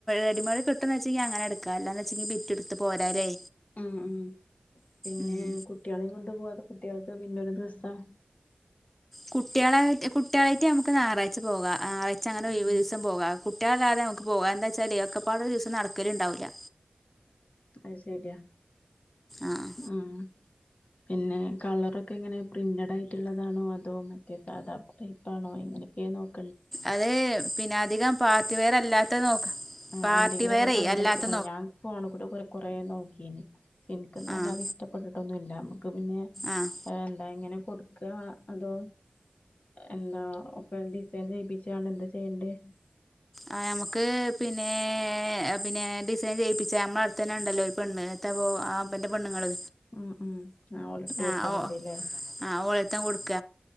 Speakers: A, in the centre; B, on the left.
A: റെഡിമേഡ് കിട്ടന്ന് വച്ചി അങ്ങനെ എടുക്കാം അല്ലാന്ന് വെച്ചെ എടു പോരാല്ലേ
B: ഉം ഉം പിന്നെ
A: ഉം
B: കുട്ടികളെയും കൊണ്ട് പോവാ കുട്ടികൾക്ക് പിന്നൊരു ദിവസം
A: കുട്ടികളായി കുട്ടികളായിട്ട് നമുക്ക് ഞായറാഴ്ച പോകാം ഞായറാഴ്ച അങ്ങെ ഒഴിവ്
B: ഉം
A: ദിവസം പോകാം ഒറ്റാതാതെ നമുക്ക് പോകുക എന്താ വച്ചാൽ ഒക്കെപ്പാട് ഒരു ദിവസം നടക്കല ഉണ്ടാവില്ല
B: അത് ശരിയാ
A: ആഹ്
B: ഉം പിന്നെ കളറൊക്കെ എങ്ങനെ പ്രിന്റഡ് ആയിട്ടുള്ളതാണോ അതോ മറ്റേ സാദാ ടൈപ്പ്ണോ ഇങ്ങനെയൊക്കെ നോക്ക
A: അതെ പിന്നെ അധികം പാർട്ടിവെയർ അല്ലാത്ത നോക്കാം
B: ആ
A: പാർട്ടി
B: എന്തെങ്കിലൊക്കെ
A: വെയറേ
B: കണ്ടെച്ചക്കണോ
A: അല്ലാത്ത
B: ഞാൻ ഫോണ് കൂടി കുറേ നോക്കീ നിക്കുന്നല്ലാതെ
A: ആഹ്
B: ഇഷ്ടപ്പെട്ടിട്ടൊന്നും ഇല്ല പിന്നെ
A: ആഹ്
B: എന്താ ഇങ്ങനെ കൊടുക്കുക അതോ എന്താ ഒക്കെ ഡിസൈൻ ചെയ്യിപ്പിച്ചാണ് എന്താ ചെയ്യണ്ടേ
A: ആ ഞമുക്ക് പിന്നെ പിന്നെ ഡിസൈൻ ചെയ് പ്പിച്ചാ നമ്മാ അടുതന്നെ ഉണ്ടല്ലോ പെണ്ണ് <unintelligible> ആ എൻറെ പെണ്ണുങ്ങള്
B: ഉം ഉം ആ ഓടെടുത്ത് വിട്ടാ
A: ആഹ് ഓ
B: മതില്ലേ
A: ആഹ് ഓളെടുത്താ കൊടുക്ക